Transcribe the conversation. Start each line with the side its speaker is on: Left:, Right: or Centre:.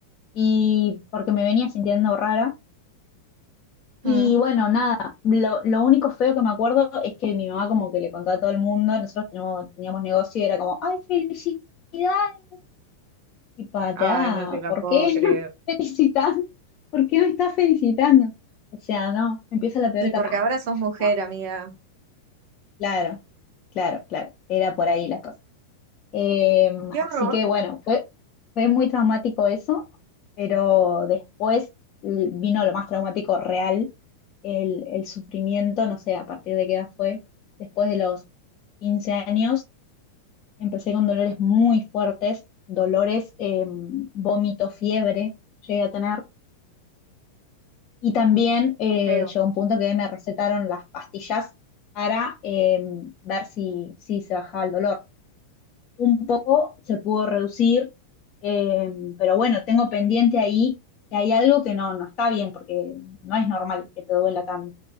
Left: y porque me venía sintiendo rara. Y
Right: Mm.
Left: bueno, nada, lo, lo único feo que me acuerdo es que mi mamá como que le contaba a todo el mundo, nosotros tenemos, teníamos negocio y era como, ¡ay, felicidades! Y pará,
Right: Ay, no te la
Left: ¿por
Right: puedo
Left: qué
Right: creer.
Left: <laughs> me felicitan? ¿Por qué me estás felicitando? O sea, no, empieza la peor
Right: Y
Left: etapa.
Right: porque ahora sos mujer,
Left: Ah, No,
Right: amiga.
Left: claro, claro, claro, era por ahí la cosa. Eh,
Right: Qué
Left: así
Right: horror,
Left: que bueno, fue, fue muy traumático eso, pero después l- vino lo más traumático real, el, el sufrimiento, no sé a partir de qué edad fue, después de los 15 años empecé con dolores muy fuertes, dolores, eh, vómito, fiebre llegué a tener, y también eh,
Right: qué feo.
Left: llegó un punto que me recetaron las pastillas para eh, ver si, si se bajaba el dolor un poco se pudo reducir, eh, pero bueno, tengo pendiente ahí que hay algo que no, no está bien, porque no es normal que te duela tanto.